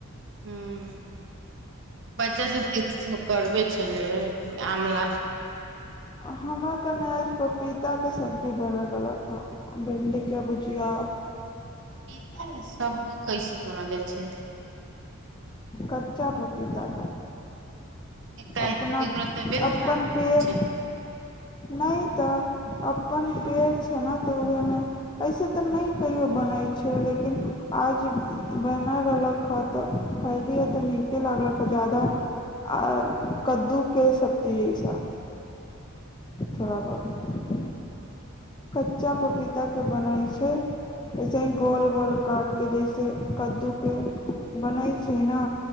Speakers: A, on the right; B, on the left.
A: ह्म्म बच्चा सब के ते <unintelligible> करुवे छै। वे आमला
B: हमरा कन आज पपीताके सब्जी बना देलक ह भिंडीके भुजिया
A: -ता सब्जी कैसे बनेले छै
B: कच्चा पपीता।
A: शिकायत
B: अपना
A: केकरो तबियत
B: अपन
A: खराब भेल
B: पेड़
A: छै
B: नै ते अपन पेड़ छै ने तऽ उहे मे ऐसे ते नै कहियो बनै छै, लेकिन आज बनल रहलक ह तऽ खएलीये ते नीके लागलक ह ज्यादा, आ कद्दू के सब्जी जैसा। थोड़ा बहुत कच्चा पपीता के बनल छै। ऐसे ही गोल-गोल काट के जैस ए कद्दू के बनै छै ना।